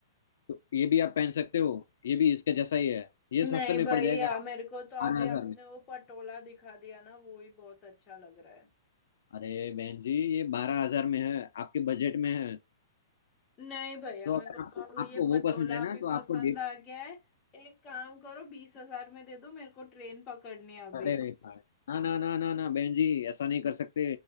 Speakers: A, on the left; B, on the left.
A: तो ये भी आप पहन सकते हो ये भी इसके जैसा ही है ये
B: नहीं
A: सस्ते में
B: भैया
A: पड़ जाएगा
B: मेरे को तो
A: बारह
B: अभी
A: हजार
B: आपने
A: में
B: वो पटोला दिखा दिया ना वो ही बहुत अच्छा लग रहा है
A: अरे बहन जी ये बारह हजार में है आपके बजट में है
B: नहीं भैया
A: तो
B: मेरे
A: अगर
B: को तो
A: आपको
B: अब ये
A: आपको वो
B: पटोला
A: पसंद है
B: अभी
A: ना तो
B: पसंद
A: आपको डेढ़
B: आ गया है एक काम करो बीस हजार में दे दो मेरे को ट्रेन पकड़नी है अभी
A: अरे
B: तो
A: भाई ना ना ना ना ना बहन जी ऐसा नहीं कर सकते